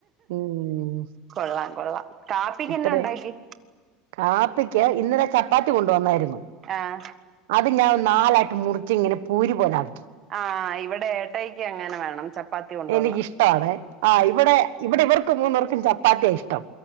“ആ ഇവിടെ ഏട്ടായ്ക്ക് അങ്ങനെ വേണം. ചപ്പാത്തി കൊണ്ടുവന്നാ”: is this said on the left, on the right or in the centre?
Right